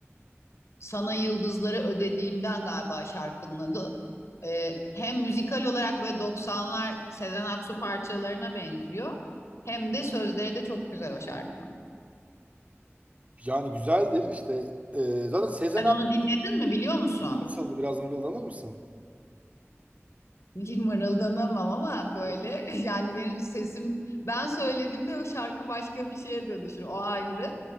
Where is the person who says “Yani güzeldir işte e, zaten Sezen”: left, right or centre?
Right